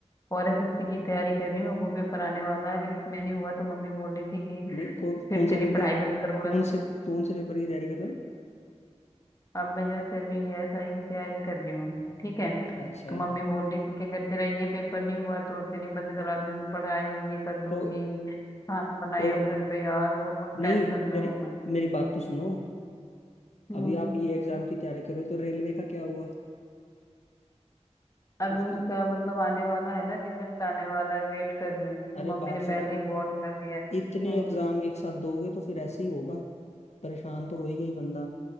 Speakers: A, on the left; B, on the left.
A: और एस एस सी की तैयारी कर रही हूँ वो पेपर आने वाला है अगर इसमें नहीं हुआ तो मम्मी बोल रही थी कि
B: नहीं कौन
A: फिर
B: कौन से
A: तेरी
B: पेपर
A: पढ़ाई बंद करवा
B: कौन
A: दूँ
B: से कौन से पेपर की तैयारी कर रहे हो
A: अब मैं जैसे अभी एस आई की तैयारी कर रही हूँ ठीक है
B: अच्छा
A: तो मम्मी बोल रही थी कि अगर तेरा ये पेपर नहीं हुआ तो तेरी बंद करा दूंगी पढ़ाई ये कर दूंगी
B: तो
A: खाना बनाई
B: तो
A: हो घर पे यार बहुत टेंशन
B: नहीं
A: में
B: मेरी
A: हूँ मैं
B: मेरी बात तो सुनो
A: हम्म
B: अभी आप ये एग्जाम की तैयारी कर रहे हो तो रेलवे का क्या हुआ
A: अब
B: उसकी
A: उसका मतलब आने वाला है ना रिजल्ट आने वाला है वेट कर रही हूँ तो
B: अरे
A: मम्मी
B: बात
A: ने
B: सुनो
A: पहले ही वार्न कर दिया है
B: इतने
A: हम्म
B: एग्जाम एक साथ दोगे तो फिर ऐसे ही होगा परेशान तो हो ही गई बंदा